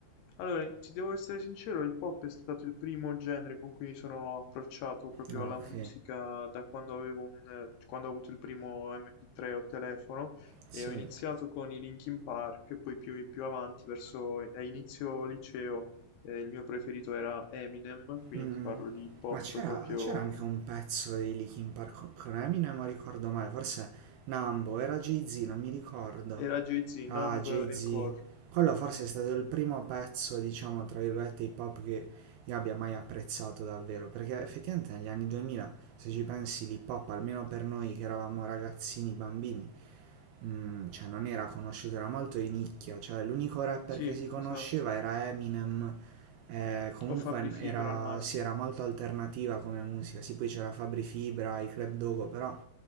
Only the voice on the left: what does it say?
Allora, ti devo essere sincero, il pop è stato il primo genere con cui mi sono approcciato proprio
alla
musica da quando avevo un, eh, quando ho avuto il primo MP3 o telefono
e ho iniziato con i Linkin Park, poi più, più avanti, verso a inizio liceo, eh, il mio preferito era Eminem, quindi
ti parlo di hip hop
proprio,
era Jay-Z,
Numb
and Core.
Sì,
esatto.
O Fabri Fibra
al massimo.